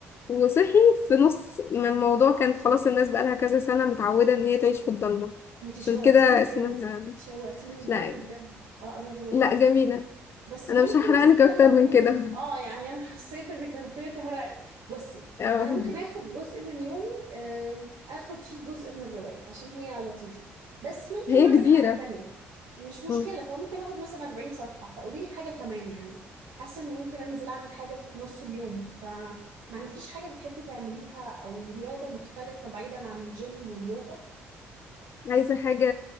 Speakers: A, on the left; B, on the right.
A: وصحي في نص ما الموضوع كانت خلاص الناس بقالها كذا سنة متعودة إن هي تعيش في الضلمة
B: انتي
A: عشان
B: شوقتيني
A: كده
B: بجد
A: اسمها
B: شوقتيني بجد
A: لا
B: بجد اقرا الرواية
A: لا
B: دي
A: جميلة
B: بس
A: أنا
B: ممكن
A: مش هحرقلك
B: دي تاخد
A: أكتر من
B: مني
A: كده <laughs>
B: اه يعني انا <laughs> حسيت انك هتبتدي تحرقي بصي
A: آه،
B: انا ممكن اخد جزء من يومي آم، اخد فيه جزء من الرواية عشان هي لطيفة بس ممكن
A: هي
B: اعمل
A: كبيرة
B: حاجة تانية مش مشكلة
A: مم.
B: فممكن اخد مثلا 40 صفحة فقولي لي حاجة كمان يعني حاسة اني ممكن انزل اعمل حاجة في نص اليوم فما عندكيش حاجة بتحبي تعمليها او رياضة مختلفة بعيدا عن الجيم واليوجا
A: عايزة حاجة